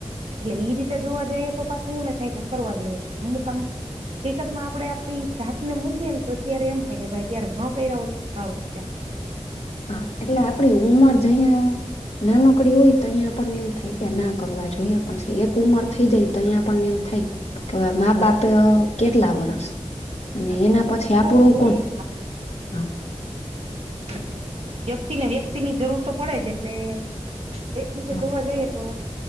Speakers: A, on the right; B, on the left.
A: એટલે ઈ રીતે જોવા જાઈએ તો પાછું એમે થાય કે કરવા જોઈએ અમુક આમ હકીકતમાં આપડે આપણી જાતને મૂકીએન તો અત્યારે એમ થાય કે ભાઈ ત્યારે ન કર્યા હોત. સારું હોત એમ.
B: હા એટલે આપડી ઉમર જઈએ. નાનકડી હોય તો અહીંયા આપણને એમ થાય કે ના કરવા જોઈએ પછી એક ઉંમર થઈ જાય તો અહીંયા આપણને એમ થાય
A: હા
B: કે મા બાપ અ કેટલા વર્ષ અને
A: હા
B: એના પછી આપણું
A: કોક જોઈએ
B: કોણ
A: એમ આપણે
B: હ.
A: એટલે વ્યક્તિને વ્યક્તિની જરૂર તો પડે જ એટલે એક રીતે
B: હા
A: જોવા જાઈએ તો